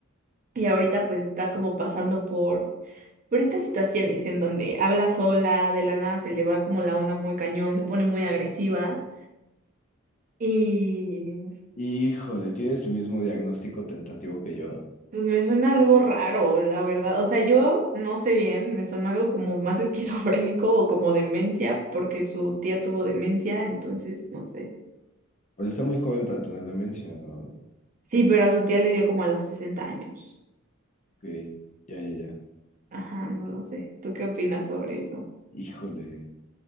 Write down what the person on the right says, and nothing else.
Y ahorita pues está como pasando por, por estas situaciones en donde habla sola, de la nada se le va como la onda muy cañón, se pone muy agresiva. Y
Pues me suena algo raro, la verdad. O sea, yo no sé bien, me suena algo como más <laughs> esquizofrénico o como demencia, porque su tía tuvo demencia, entonces no sé.
Sí, pero a su tía le dio como a los 60 años.
Ajá, no lo sé. ¿Tú qué opinas sobre eso?